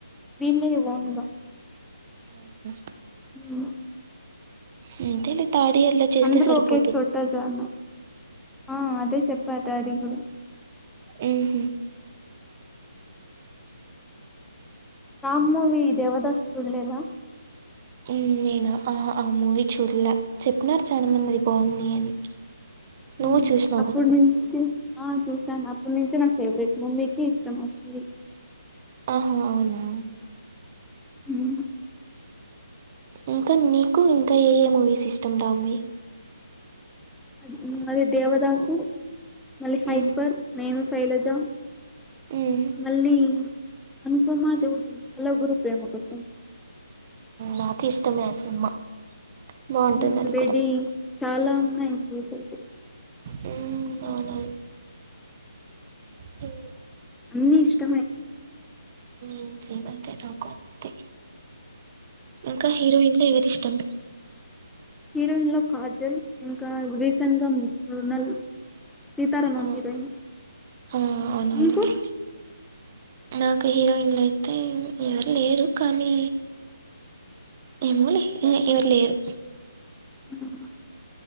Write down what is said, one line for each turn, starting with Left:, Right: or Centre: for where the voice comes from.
Centre: వీళ్ళే ఒన్గా
Right: హు
Centre: ఉ
Right: ఉ అంతేలే థర్డ్ ఇయర్ లో చేస్తే
Centre: అందరు
Right: సరిపోతుంది
Centre: ఒకే చోట జానా ఆ అదే సేపా డాడీ గూడా
Right: ఎహు
Centre: రామ్ మూవీ దేవదాస్ సుడలేదా
Right: హు నిన్నా ఆ ఆ మూవీ చూడలే చేపినారు చానా మంది అది బావుంది అని నువ్వు
Centre: హు
Right: చూసినావా?
Centre: అప్పుడునుచ్చి ఆ చూసాను అప్పటి నుంచే నా ఫేవరెట్ ముమ్మీకి ఇష్టం ఆ ఫిడి
Right: ఆహా అవునా
Centre: హు
Right: ఇంకా నీకు ఇంకా ఏ ఏ మూవీస్ ఇష్టం దామని
Centre: మ్ అది మరి దేవదాసు మళ్ళీ ఫైపర్
Right: హ్మ్.
Centre: నేను శైలజ
Right: హ్మ్.
Centre: మళ్ళీ అనుపమా దుడ్ హాలో గురు ప్రేమ కోసం
Right: నాకి ఇష్టమే ఆ సినిమా బావుంటుందది
Centre: హు బెడీ
Right: కూడా.
Centre: చాలా ఉన్నాయి బిసెజీ
Right: హు అవునా హు
Centre: అన్ని ఇష్టమే
Right: ఇంతే అంతే నాకు అంతే ఇంకా హీరోయిన్ల ఎవరి ఇష్ట టం
Centre: హీరోయిన్లో కాజల్ ఇంకా రీసెంట్గా రోనల్ సీతారామ
Right: ఆహా!
Centre: హీరోయిన్
Right: ఆ! అవునవునులే.
Centre: నీకు
Right: నాకు హీరోయిన్లైతే ఎవరు లేరు కానీ ఏమోలే ఏ ఎవరు లేరు
Centre: ఉహ్